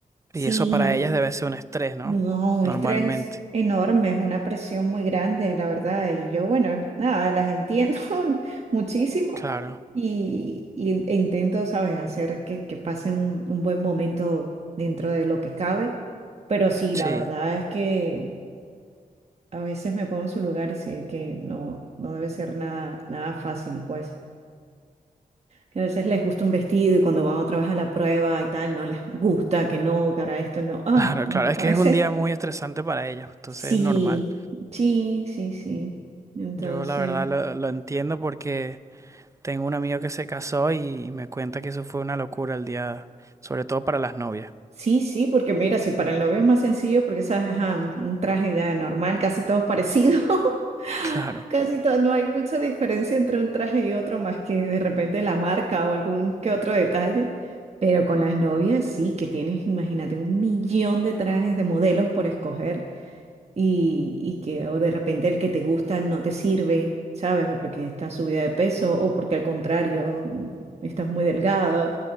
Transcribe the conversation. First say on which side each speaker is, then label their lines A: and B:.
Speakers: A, on the right; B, on the right.
A: sí,
B: Y eso para ellas debe ser un estrés, ¿no?
A: no, un
B: Normalmente.
A: estrés enorme, es una presión muy grande, la verdad. Y yo, bueno, nada, las entiendo <laughs> muchísimo
B: Claro.
A: y, y in- e intento, ¿sabes?, hacer que, que pasen un, un buen momento dentro de lo que cabe. Pero sí, la
B: Sí,
A: verdad es que a veces me pongo en su lugar y sé que no, no debe ser nada, nada fácil, pues. Que a veces les gusta un vestido y cuando van otra vez a la prueba y tal, no les gusta, que no, que ahora esto no.
B: <laughs>
A: Ay,
B: claro,
A: no,
B: claro, es
A: a
B: que
A: veces.
B: es un día muy estresante para ellas, entonces
A: Sí,
B: es normal.
A: sí, sí, sí. Entonces,
B: Yo la verdad lo, lo entiendo porque tengo un amigo que se casó y, y me cuenta que eso fue una locura el día, sobre todo para las novias.
A: sí, sí, porque mira, si para el novio es más sencillo, porque sabes, ajá, un, un traje ya normal, casi todos parecidos,
B: Claro,
A: <laughs> casi todo, no hay mucha diferencia entre un traje y otro, más que de repente la marca o algún que otro detalle. Pero con las novias sí, que tienes, imagínate, un millón de trajes de modelos por escoger. y, y que o de repente el que te gusta no te sirve, ¿sabes? O porque estás subida de peso o porque al contrario estás muy delgado.